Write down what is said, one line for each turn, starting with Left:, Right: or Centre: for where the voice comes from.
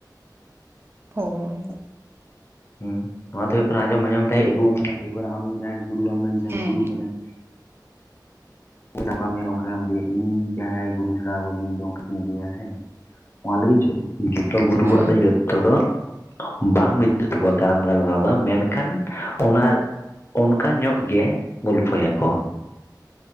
Right: ᱦᱳᱭ
Left: ᱦᱮᱸ ᱱᱚᱣᱟ ᱛᱮ ᱦᱩᱭᱩᱜ ᱠᱟᱱᱟ ᱟᱸᱡᱚᱢ ᱟᱸᱡᱚᱢ ᱛᱮ ᱦᱮᱡ ᱟᱹᱜᱩ ᱟᱠᱟᱱᱟ ᱮᱭᱟᱵᱟᱨᱮ ᱟᱢ ᱡᱟᱦᱟᱸᱭ ᱜᱩᱨᱩ ᱟᱢᱨᱮᱱ ᱡᱟᱦᱟᱸᱭ
Right: ᱦᱮᱸ
Left: ᱜᱩᱨᱩ ᱠᱟᱱᱟᱭ ᱜᱟᱯᱟᱢ ᱞᱟᱹᱭᱟ ᱤᱧ ᱡᱟᱦᱟᱸᱭ ᱜᱩᱨᱩ ᱥᱮᱲᱟᱣᱠᱟᱹᱫᱤᱧ ᱤᱧ ᱚᱱᱠᱟᱧ ᱤᱫᱤᱭᱟ ᱥᱮ ᱚᱱᱟ ᱞᱟᱹᱜᱤᱫ ᱡᱚᱛᱚ ᱜᱩᱨᱩᱣᱟᱜ
Right: ᱦᱮᱸ
Left: ᱫᱚ ᱡᱚᱛᱚ ᱛᱚ ᱫᱚ ᱵᱟᱝ ᱢᱤᱫ ᱛᱟᱠᱚᱣᱟ ᱠᱟᱨᱟᱢ ᱜᱟᱞᱢᱟᱨᱟᱣ ᱫᱚ ᱢᱮᱱᱠᱷᱟᱱ ᱚᱱᱟ ᱚᱱᱠᱟ ᱧᱚᱜ ᱜᱮ ᱜᱚᱞᱯᱷᱚᱭᱟᱠᱚ